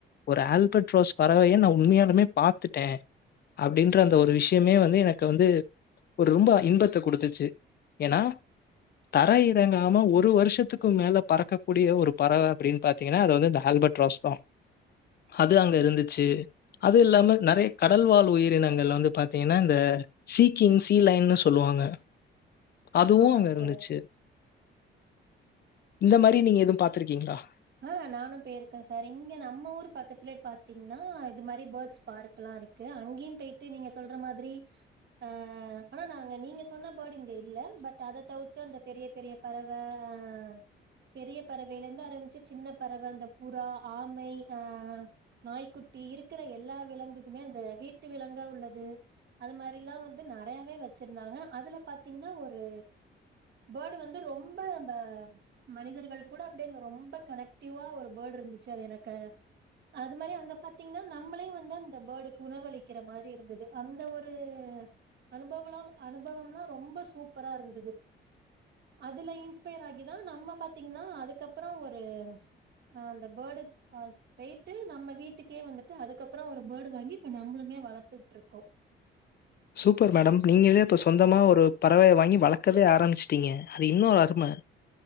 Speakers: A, on the left (about 55°); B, on the right (about 60°).
A: ஒரு ஆல்பர்ட் ரோஸ் பறவையை நா உண்மையாலுமே பாத்துட்டே அப்படின்ற அந்த ஒரு விஷயமே வந்து எனக்கு வந்து ஒரு ரொம்ப இன்பத்த கொடுத்துச்சு ஏன்னா தர இறங்காம ஒரு வருஷத்துக்கு மேல பறக்கக்க கூடிய ஒரு பறவை அப்படின்னு பாாரத்தீங்கன்னா அது வந்து இந்த ஆஹல்பர்ட் ராஸ்தா அது அங்க இருந்துச்சு அது இல்லாம நெறைய கடல்வாழ் உயிரினங்கள் வந்து பாாரத்தீங்கன்னா இந்த சீக்கிங் சீலைன்னு சொல்லுவாங்க அதுவும்
B: ஆமாங்
A: அங்க இருந்துச்சு
B: சார்
A: இந்த மாதிரி நீங்க எதுவும் பா்த்திருக்கீங்களா
B: ஆஹ் நானும் போயிருக்கேன் சார் இங்க நம்ம ஊர் பக்கத்திலயே பாத்தீங்கன்னா இது மாதிரி பேர்ட்ஸ் பார்க் எல்லாம் இருக்கு அங்கேயும் போயிட்டு நீங்க சொல்ற மாதிரி ஆஹ் ஆனா நாங்க நீங்க சொன்ன பேர்டு இங்க இல்ல பட் அத தவிர்த்து அந்த பெரிய பெரிய பறவை அஹ் பெரிய பறவைையில இருந்து ஆரம்பச்ச சின்ன பறவை அந்த புறா ஆமை அஹ் நாய்க்குட்டி இருக்கிற எல்லா விலங்குக்குமே அந்த வீட்டு விலங்குக உள்ளது அது மாதிரிலாம் வந்து நிறையாவே வச்சிருந்தாங்க அதுல பார்த்தீங்கன்னா ஒரு பேர்டு வந்து ரொம்ப நம மனிதர்கள் கூட அப்டிரொம்ப ரொம்ப கனெக்டிவா ஒரு பேர்டு இருந்துச்சு அது எனக்கு க அது மாதிரி அங்க பாத்த நம்மலே வந்து அந்த பேர்டு கு உணவளிக் கர மாதிரி இருந்தது அந்த ஒரு அனுபவம் அனுபவம்ல ரொம்ப சூப்பரா இருந்தது அதுல இன்ஸ்பயர் ஆகிதான் நம்ப பா்த்தீங்கன்னா அதுக்கப்புறம் ஒரு அஹ் அந்த பேர்டு போயிட்டு நம்ம வீட்டுக்கே வந்துட்டு அதுக்கப்புறம் ஒரு பேர்டு வாங்கி அதுக்கு அப்பறம் நம்மளுமே வளர்த்துட்டு இருக்கோம்
A: சூப்பர் மேடம் நீங்களே இப்ப சொந்தமா ஒரு பறவைய வாங்கி வளர்க்கவே ஆரம்பிச்சுட்டீங்க அது இன்னொம் அருமை